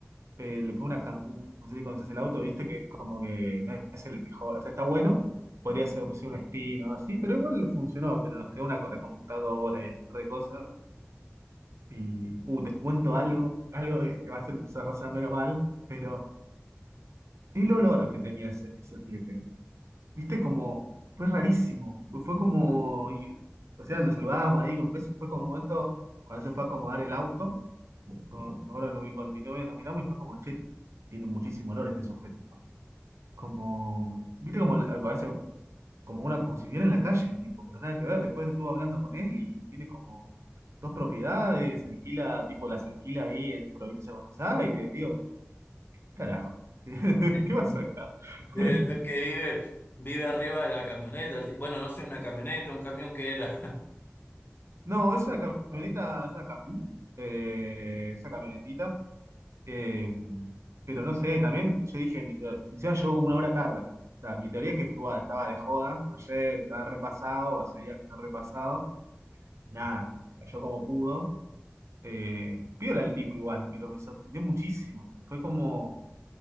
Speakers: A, on the right; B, on the left.
A: pero le fue una Kangoo. No sé si conoces el auto, viste que es como que no es el mejor, o sea, está bueno, podría ser, ser un Spin o así, pero igual funcionó, pero nos quedó una, con la computadora y un par de cosas. Y, uh, te cuento algo, algo que va a ser, se va a pasar medio mal, pero el olor que tenía ese, ese flete. Viste, como, fue rarísimo. Fue como, y- o sea, lo saludábamos ahí con besos. Fue como un momento, cuando se fue a acomodar el auto, con, me acuerdo que mi- con mi novia nos miramos y fue como, che, tiene muchísimo olor este sujeto, ¿no? Como, viste, como, la- a veces, como una, como si viera en la calle el tipo, pero nada que ver. Después estuve hablando con él y tiene como dos propiedades, alquila, tipo, las alquila ahí en provincia de Buenos Aires. Digo, ¿qué carajo? <laughs> ¿Qué
B: <laughs>
A: pasa acá?
B: Debe
A: <laughs>
B: ser que vive, vive arriba de la camioneta. el ti- Bueno, no sé, una camioneta, un camión que era. <laughs>
A: No, es una camioneta, es una Cangoo, eh, es camionetita, eh, pero no sé, también yo dije, mi teoría, encima llegó como una hora tarde, o sea, mi teoría es que estuvo- estaba de joda ayer, estaba repasado, o hace días que está repasado, y nada, cayó como pudo, eh, piola el tipo igual, pero me sorprendió muchísimo, fue como,